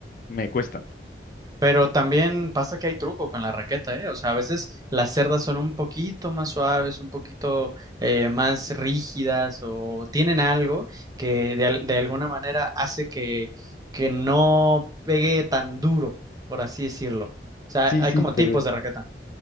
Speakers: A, on the left (about 50°); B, on the right (about 20°).
A: me cuestan.
B: Pero también pasa que hay truco con la raqueta, ¿eh? O sea, a veces las cerdas son un poquito más suaves, un poquito eh, más rígidas o tienen algo que de, al- de alguna manera hace que, que no pegue tan duro, por así decirlo. O sea,
A: Sí,
B: hay
A: sí,
B: como
A: pero
B: tipos de raqueta.